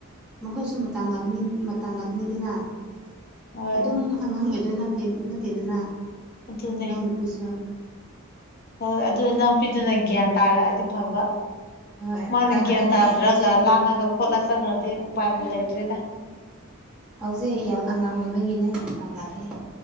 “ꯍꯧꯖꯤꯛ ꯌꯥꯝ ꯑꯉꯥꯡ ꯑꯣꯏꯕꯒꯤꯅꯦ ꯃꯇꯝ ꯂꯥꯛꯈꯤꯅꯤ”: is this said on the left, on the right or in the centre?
Centre